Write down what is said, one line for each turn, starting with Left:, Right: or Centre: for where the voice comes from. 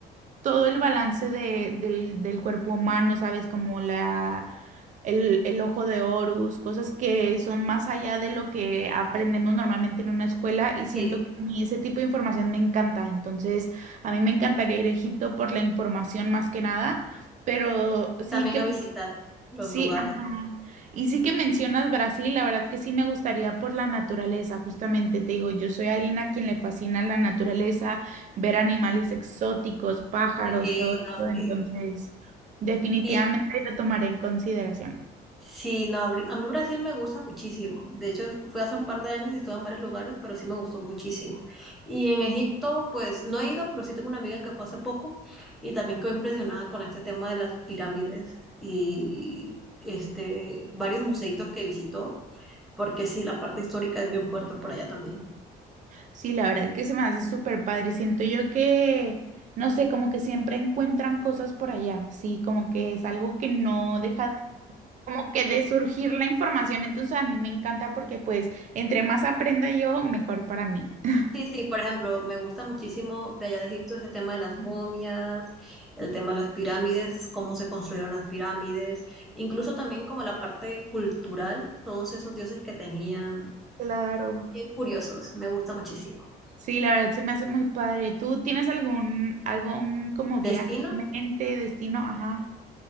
Right: todo el balance de- del, del cuerpo humano, ¿sabes? Como la, el, el ojo de Horus, cosas que son más allá de lo que aprendemos normalmente en una escuela y siento
Centre: sí.
Right: que a mí ese tipo de información me encanta. Entonces, a mí me encantaría ir a Egipto por la información más que nada, pero sí
Centre: También
Right: que
Centre: a visitar los
Right: Sí,
Centre: lugares.
Right: ajá. Y sí que mencionas Brasil, la verdad que sí me gustaría por la naturaleza, justamente te digo, yo soy alguien a quien le fascina la naturaleza,
Centre: Mm,
Right: ver animales exóticos, pájaros,
Centre: Sí,
Right: todo
Centre: no,
Right: eso, entonces
Centre: sí.
Right: definitivamente
Centre: Y,
Right: lo tomaré en consideración.
Centre: Sí, no, abri- a mí Brasil me gusta muchísimo. De hecho, fui hace un par de años y estuve en varios lugares, pero sí me gustó muchísimo. Y en Egipto, pues no he ido, pero sí tengo una amiga que fue hace poco y también quedó impresionada con este tema de las pirámides y este, varios museitos que visitó, porque sí, la parte histórica es bien fuerte por allá también.
Right: Sí, la verdad que se me hace súper padre, siento yo que, no sé, como que siempre encuentran cosas por allá, sí, como que es algo que no deja como que de surgir la información, entonces a mí me encanta porque pues entre más aprenda yo, mejor para mí. <laughs>
Centre: Sí, sí, por ejemplo, me gusta muchísimo de allá de Egipto ese tema de las momias, el tema de las pirámides, cómo se construyeron las pirámides, incluso
Right: Claro.
Centre: también como la parte cultural, todos esos dioses que tenían,
Right: Claro.
Centre: bien curiosos, me gusta muchísimo.
Right: Sí, la verdad se me hace muy padre. ¿Tú tienes algún, algún como
Centre: ¿Destino?
Right: viaje en mente, destino? Ajá.